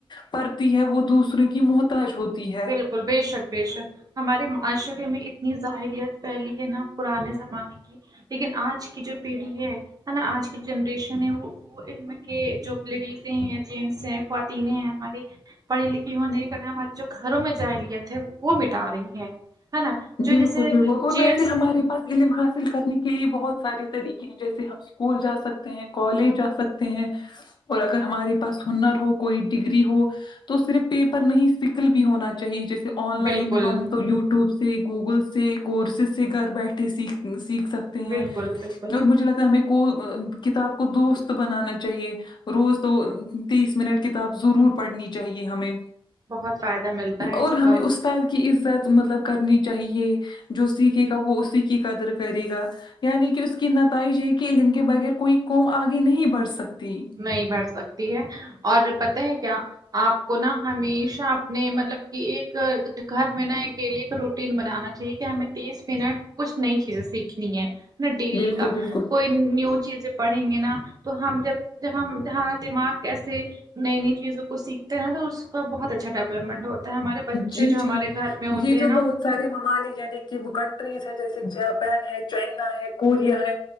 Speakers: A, on the left (about 50°); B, on the right (about 40°).
A: پڑتی ہے وہ دوسروں کی محتاج ہوتی ہے
B: بالکل بے شک بیشک ہمارے معاشرے میں اتنی ظاہلیت پھیلی ہے نا پرانے زمانے کی لیکن آج کی جو پیڑھی ہے ہے نا آج کی جنریشن ہے وہ وہ علم کے جو لیڈیز ہیں جینٹس ہیں خواتینیں ہیں ہماری پڑھی لکھی ہونے کرنا ہمارے جو گھروں میں جائلیت ہے وہ مٹا رہی ہے نا جو
A: بالکل
B: جیسے
A: بالکل اور
B: جینٹس
A: ویسے ہمارے پاس علم حاصل کرنے کے لیے بہت سارے طریقے ہیں جیسے ہم اسکول جا سک سکتے ہیں کالج جا سکتے ہیں اور اگر ہمارے پاس ہنر ہو کوئی ڈگری ہو تو صرف پیپر نہیں اسکل بھی ہونا چاہیے جیسے آن لائن
B: بالکل
A: ہم تو یوٹیوب سے گوگل سے کورسز سے گھر بیٹھے سیکھ سیکھ سک تے ہیں
B: بالکل بالکل
A: اور مجھے لگتا ہے ہمیں کو کتاب کو دوست بنانا چاہیے روز تو تیس منٹ کتاب ضرور پڑھنی چاہیے ہمیں
B: بہت فائدہ ملتا ہے
A: اور
B: اس
A: ہمیں
B: کا
A: استاد کی عزت مطلب کرنی چاہیے جو سیکھے گا وہ اسی کی قدر کرے گا یعنی کہ اس کی نتائج یہ کہ علم کے بغیر کوئی قوم آگے نہیں بڑھ سکتی
B: نہیں بڑھ سکتی ہے اور پتا ہے کیا آپ کو نا ہمیشہ اپنے مطلب کہ ایک گھر میں نا ایک ڈیلی روٹین بنانا چاہیے کہ ہمیں تیس منٹ کچھ نئی چیزیں سیکھنی ہے نا ڈیلی
A: بالکل
B: کا
A: بالکل
B: کوئی نیو چیزیں پڑھیں گے نا تو ہم جب جب ہم جہا دماغ کیسے نئی نئی چیزوں کو سیکھتے ن تو اس کا بہت اچھا ڈیولپمنٹ ہوتا ہمارے بچے
A: جی
B: جو ہمارے
A: جی
B: گھر میں ہوتے
A: یہ جو
B: ہیں نا
A: بہت سارے ممالک یعنی کہ کنٹریز ہے جیسے جاپان ہے چائنا ہے کوریا ہے